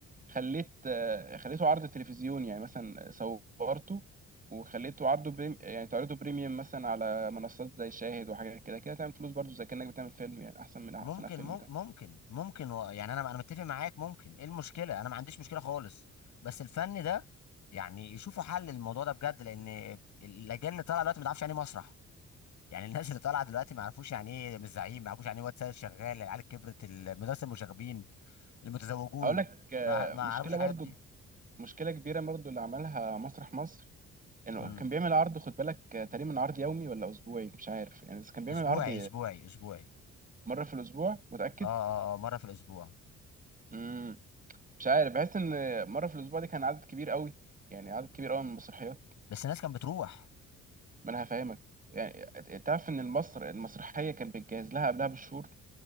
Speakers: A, on the right; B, on the left.
A: خليت آه، خليته عرض تلفزيوني يعني مثلا صورته وخليته عرضه بريم يعني تعرضه بريميوم مثلا على منصات زي شاهد وحاجات كده كده تعمل فلوس برضو زي كأنك بتعمل فيلم يعني احسن من احسن
B: ممكن
A: فيلم
B: مم-
A: كمان
B: ممكن ممكن و... يعني انا انا متفق معاك ممكن ايه المشكله انا ما عنديش مشكله خالص بس الفن ده يعني يشوفوا حل للموضوع ده بجد لان الاجيال اللي طالعه دلوقتي ما تعرفش يعني إيه مسرح يعني الناس اللي طالعه دلوقتي ما يعرفوش يعني ايه مش زعيم ما يعرفوش يعني ايه واد سيد شغال العيال كبرت المدرسه المشاغبين المتزوجون
A: اقول لك آه،
B: ما ما يعرفوش
A: مشكلة
B: الحاجات
A: برضو
B: دي
A: مشكلة كبيرة برضو اللي عملها مسرح مصر انه
B: امم
A: كان بيعمل عرض خد بالك آه، تقريبا عرض يومي ولا اسبوعي مش عارف يعني بس كان بيعمل
B: اسبوعي
A: عرض
B: اسبوعي اسبوعي
A: مرة في الاسبوع متأكد
B: اه اه اه مره في الاسبوع
A: مم. مش عارف بحس ان مره في الاسبوع دي كان عدد كبير قوي يعني عدد كبير قوي من المسرحيات
B: بس الناس كانت بتروح
A: ما انا هفهمك يعني تعرف ان المصر المسرحيه كان بتجهز لها قبلها بشهور